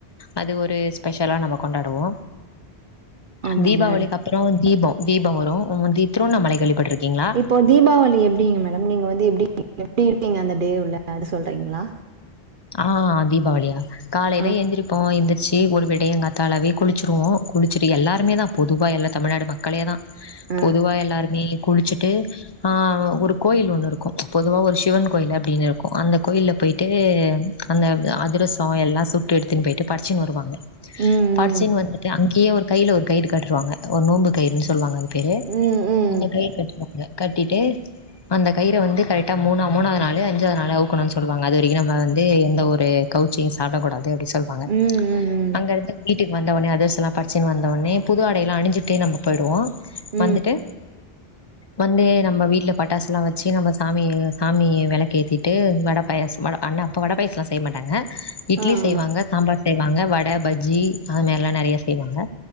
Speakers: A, on the left; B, on the right.
A: அது ஒரு ஸ்பெஷலா நம்ம கொண்டாவோ
B: ஆமா
A: தீபாவளிக்கப்
B: மேடம்
A: அப்புறோ தீபோ தீபோ வரு முந்தி த்ருவண்ணாமலை கேள்விபட்ருக்கீங்ளா
B: இப்போ தீபாவளி எப்படிங்க மேடம் நீங்க வந்து எப்டி எப்டி இருப்பீங்க அந்த டே உள்ள அத சொல்றீங்ளா
A: ஆ தீபாவளியா காலைல
B: ஆ
A: எந்திரிப் போ எந்திரிச்சி ஒரு விடியங்காத்தாலாவே குளிச்சுருவோ குளிச்சிட்டு எல்லாருமே தா பொதுவா எல்லா தமிழ்நாடு மக்களே தா
B: ஆ
A: பொதுவா எல்லாருமே குளிச்சுட்டு ஆ ஒரு கோயில் ஒன்னு இருக்கு பொதுவா ஒரு சிவன் கோயில் அப்டினு இருக்கு அந்த கோயில்ல போயிட்டு அந்த அதிரசோ எல்லா சுட்டு எடுத்துன் போயிட்டு படச்சின் வருவாங்க
B: ம்
A: படச்சின் வந்துட்டு அங் அங்கயே ஒரு கையில ஒரு கயிறு கட்ருவாங்க ஒரு நோம்பு கயிறுன் சொல்வாங்க அது பேரு
B: ம் ம் ம்
A: அந்த கயிறு கட்டுவாங்க கட்டிட்டு அந்த கயிற வந்து கரெக்டா மூணா மூணாவது நாளு அஞ்சாவது நாளு அவுக்கணுன் சொல்லுவாங்க அது வரைக்கு நம்ம வந்து எந்த ஒரு கவுச்சயு சாப்டக்கூடாது அப்டி சொல்வாங்க
B: ம் ம் ம்
A: அங்க இருந்து வீட்டுக்கு வந்தவுனே அதரசோ எல்லா படச்சுன் வந்தவுட்னே புது ஆடைலா அணி்ஞ்சுட்டே நம்ம போயிடுவோ
B: ம் ம்
A: வந்துட்டு வந்து நம்ம வீட்ல பட்டாசுலா வச்சு நம்ம சாமிய சாமி வெளக்கேத்திட்டு வட பாயசோ வ அண்ணா இப்ப வடை பாயாசெலா செய்ய மாட்டாங்க இட்லி
B: ம்
A: செய்வாங்க சாம்பார் செய்வாங்க வட பஜ்ஜி அது மாரிலா நெறய செய்வாங்க